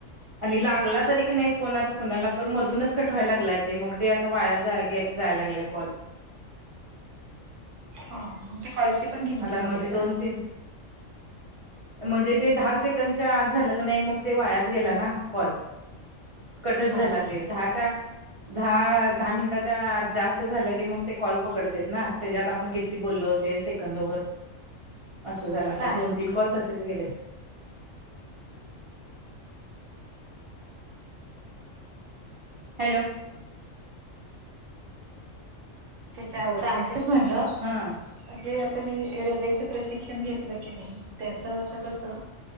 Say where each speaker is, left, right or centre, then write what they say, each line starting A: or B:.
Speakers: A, on the right; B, on the right.
A: आणि लागला
B: बर
A: तरी की नाही फोन आता कुणाला पण मधूनच कट व्हायला लागलाय, ते मग ते असा वाया जा जाया लागलाय कॉल.
B: हा मग ते कॉलची पण गिनती
A: आता
B: होते
A: मजी
B: का
A: दोन तीन म्हणजे ते दहा सेकंडच्या आज झालं का नाही मग ते वायाचं गेला ना कॉल. कटचं झाला
B: बरोबर
A: ते दहाच्या दहा दहा मिनिटाच्या जास्त झालं की मग ते कॉल पकडतय त्याच्यात आपण किती बोललो ते सेकंद वर असं झालं
B: सहाशे
A: आता दोन कॉल तीन कॉल तसेच गेले. हॅलो!
B: त्याच्यावर झसेच म्हणलं
A: हा.
B: जे आता मी एरोजाच प्रशिक्षण घेतलं कणी त्याचं आता तसं